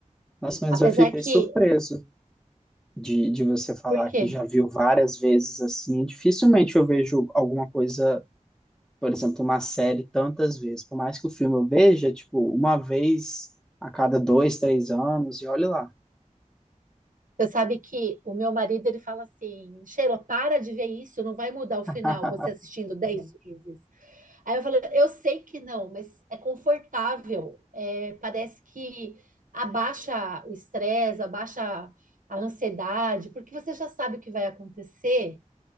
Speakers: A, in the centre; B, on the right.
A: Nossa, mas
B: Apesar
A: eu fiquei
B: que.
A: surpreso de, de você falar
B: Por quê?
A: que já viu várias vezes, assim, dificilmente eu vejo alguma coisa, por exemplo, uma série tantas vezes, por mais que o filme eu veja, tipo, uma vez a cada dois, três anos, e olha lá.
B: Você sabe que o meu marido ele fala assim, Sheila, para de ver isso, não vai mudar o final,
A: <laughs>
B: você assistindo dez vezes. Aí eu falei, eu sei que não, mas é confortável, é, parece que abaixa o estresse, abaixa a ansiedade, porque você já sabe o que vai acontecer,